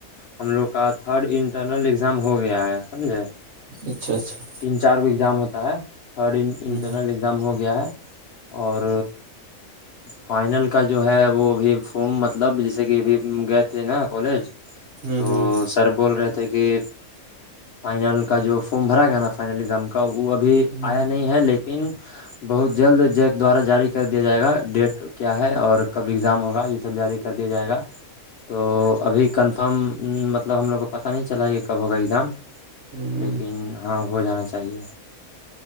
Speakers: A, on the left; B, on the right.
A: ہم لوگ کا تھرڈ انٹرنل اگزام ہو گیا ہے سمجھے
B: اچھا اچھا
A: تین چار کو ایگزام ہوتا ہے تھرڈ انٹرنل
B: ہ
A: گم ہو گیا ہے اور فائنل کا جو ہے وہ ابھی فارم مطلب جیسے کہ ابھی گئے تھے نا کالج
B: ہوں
A: تو سر بول رہے تھے کہ فائنل کا جو فارم بھرائے گا نا فائنل ایگزام کا وہ ابھی
B: ہوں
A: آیا
B: ہ
A: نہیں ہے لیکن بہت جلد جیک دوارا جاری کر دیا جائے گا ڈیٹ تو کیا ہے اور کب اگزام ہوگا یہ سب جاری کر دیا جائے گا تو ابھی کنفرم مطلب ہم لوگ کو پتہ نہیں چلا یہ کب ہوگا ایگزام
B: ہ
A: لیکن ہاں ہو جانا چاہیے